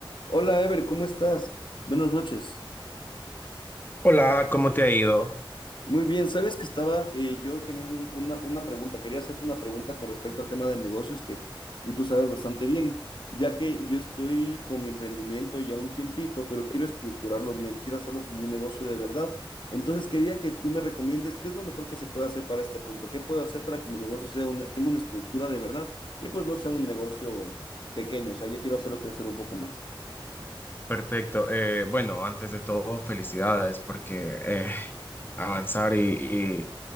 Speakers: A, on the left; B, on the left.
A: Hola, Ever, ¿cómo estás? Buenas noches.
B: Hola, ¿cómo te ha ido?
A: Muy bien, sabes que estaba eh, yo teniendo un- una, una pregunta, quería hacerte una pregunta con respecto al tema de negocios que, que tú sabes bastante bien, ya que yo estoy con mi emprendimiento ya un tiempito, pero quiero estructurarlo bien, quiero hacerlo como un negocio de verdad. Entonces quería que tú me recomiendes qué es lo mejor que se puede hacer para este punto, qué puedo hacer para que mi negocio sea una, tenga una estructura de verdad y pues no sea un negocio pequeño, o sea, yo quiero hacerlo crecer un poco más.
B: Perfecto. Eh, bueno, antes de todo, felicidades porque eh, avanzar y,